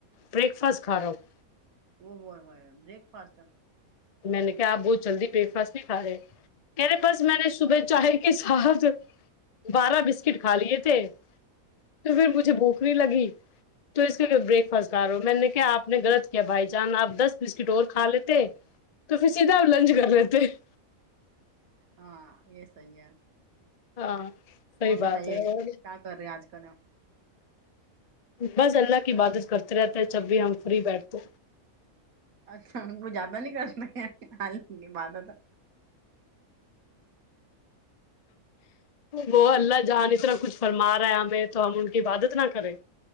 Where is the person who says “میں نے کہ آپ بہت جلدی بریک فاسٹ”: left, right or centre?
Left